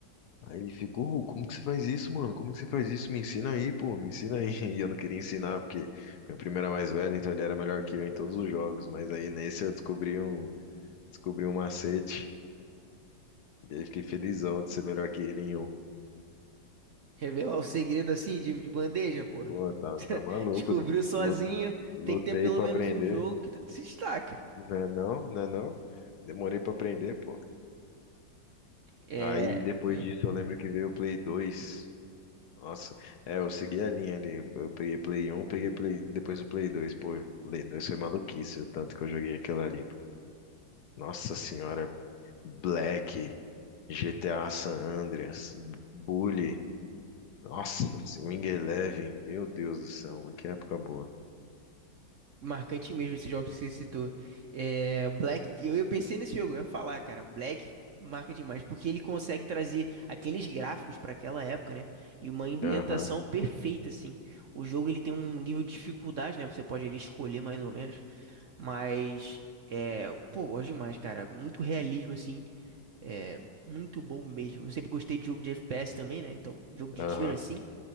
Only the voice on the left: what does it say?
Aí ele ficou, "Ô, como que você faz isso, mano? Como que você faz isso? Me ensina aí, pô, me ensina aí. <laughs> E eu não queria ensinar, porque meu primo era mais velho, então ele era melhor que eu em todos os jogos. Mas aí nesse eu descobri um, descobri um macete. E aí fiquei felizão de ser melhor que ele em um.
Pô, tá,
tá maluco.
Lu- Lutei
pra
aprender.
Não é não, não é não. Demorei pra aprender, pô.
Aí depois
disso eu lembro que veio o Play 2. Nossa, é, eu segui a linha ali. Eu peguei Play 1, peguei Play, depois o Play 2. Pô, Play 2 foi maluquice, o tanto que eu joguei aquilo ali. Nossa senhora, Black, GTA San Andreas, Bully, nossa, esse Wing Eleven, meu Deus do céu, mano, que época boa.
Aham,
aham.